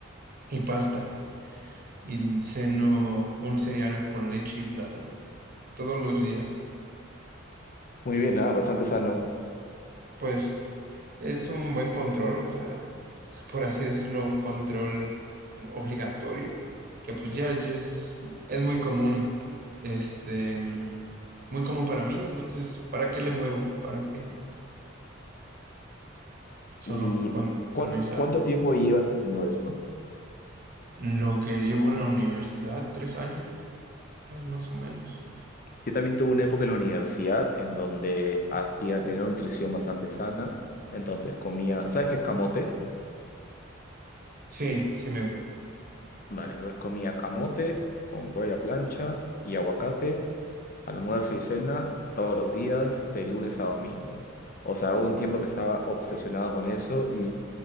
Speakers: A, on the right; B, on the left.
A: y pasta. Y ceno un cereal con leche y plátano todos los días.
B: Muy bien, ah, bastante sano.
A: pues es un buen control, o sea, es por así decirlo, un control obligatorio, que pues
B: Ujú.
A: ya ya es, es muy común, este, mm, muy común para mí, entonces, ¿para qué le muevo? ¿Para qué? Solo
B: ¿Y
A: cuando
B: cuán-
A: atraviesa
B: cuánto
A: algo.
B: tiempo llevas haciendo esto?
A: Lo que llevo en la universidad, tres años más o menos.
B: Yo también tuve una época en la universidad en donde hacía tener una nutrición bastante sana. Entonces comía, ¿sabes qué es camote?
A: Sí, sí me gusta.
B: Vale, entonces comía camote con pollo a la plancha y aguacate Almuerzo y cena todos los días, de lunes a domingo. O sea, hubo un tiempo que estaba obsesionado con eso y